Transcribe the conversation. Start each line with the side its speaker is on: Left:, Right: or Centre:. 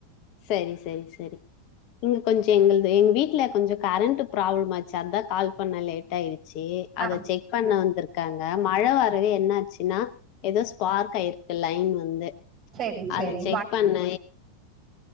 Left: சரி சரி சரி இங்க கொஞ்ச எங்கள்து எங்க வீட்ல கொஞ்சோ கரண்ட் ப்ராப்ளம் ஆச்சு அதா கால் பண்ண லேட்டா ஆயிரு ச்சி
Right: ஆ
Left: அத செக் பண்ண வந்துருக்காங்க மழ வரவே என்னாச்சின்னா ஏதோ ஸ்பார்க் ஆயிருக்கு லயன் வந்து
Right: செரி செரி
Left: அத செக் பண்ண